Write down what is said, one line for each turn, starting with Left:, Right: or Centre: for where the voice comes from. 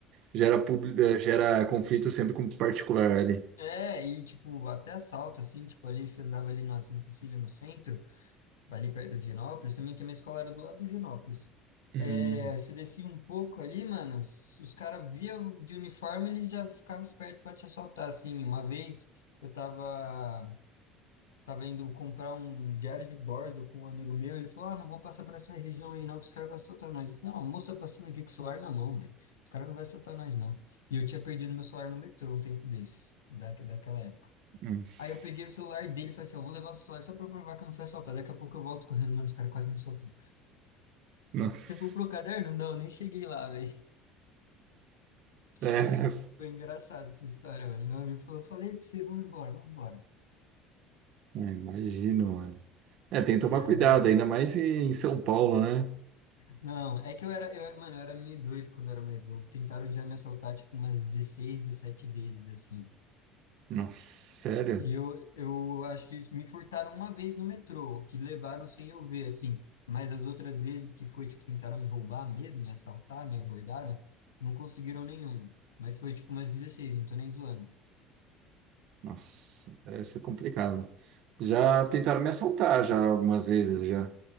Right: gera, pub- eh, gera conflito sempre com particular ali.
Left: É, e tipo, até assalto, assim, tipo, ali você andava ali na Santa Cecília no centro, ali perto de Genópolis, também que a minha escola era do lado de Genópolis.
Right: Hum.
Left: É, você descia um pouco ali, mano, s- os caras via de uniforme, eles já ficavam espertos pra te assaltar, assim. Uma vez eu tava, tava indo comprar um diário de bordo com um amigo meu, ele falou, ah, não vou passar por essa região aí não, que os caras vão assaltar nós. Eu falei, não, a moça tá passando aqui com o celular na mão, velho, os caras não vão assaltar nós não. E eu tinha perdido meu celular no metrô um tempo desse da, daquela época.
Right: Nossa.
Left: Aí eu peguei o celular dele e falei assim, eu vou levar o celular só pra provar que eu não fui assaltado. Daqui a pouco eu volto correndo, mano, os caras quase me assaltam.
Right: Nossa.
Left: Você comprou o caderno? Não, nem cheguei lá, velho. <laughs>
Right: É,
Left: Foi engraçado essa história, mano. Meu amigo falou, falei pra você, vamos embora, vamos embora.
Right: é, imagino, mano. É, tem que
Left: Era.
Right: tomar cuidado, ainda mais em em São Paulo, né?
Left: Não, é que eu era, eu, mano, eu era meio doido quando eu era mais novo. Tentaram já me assaltar, tipo, umas 16, 17 vezes, assim.
Right: Nossa, sério?
Left: E eu, eu acho que me furtaram uma vez no metrô, que levaram sem eu ver, assim. Mas as outras vezes que foi, tipo, tentaram me roubar mesmo, me assaltar, me abordaram, não conseguiram nenhuma. Mas foi, tipo, umas dezesseis não tô nem zoando.
Right: Nossa, deve ser complicado. Já tentaram me assaltar já algumas vezes, já.